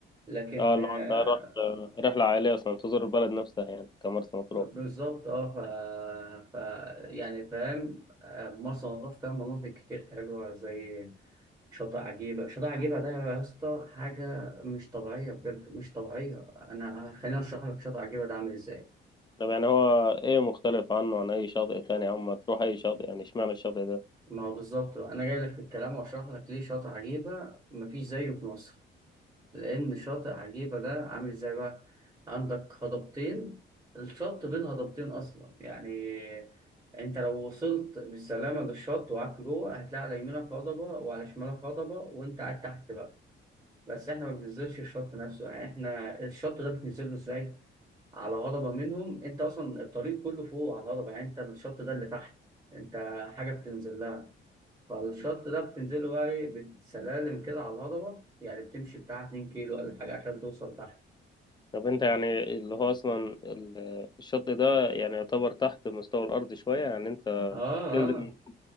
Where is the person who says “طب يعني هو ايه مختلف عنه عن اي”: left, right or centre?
Left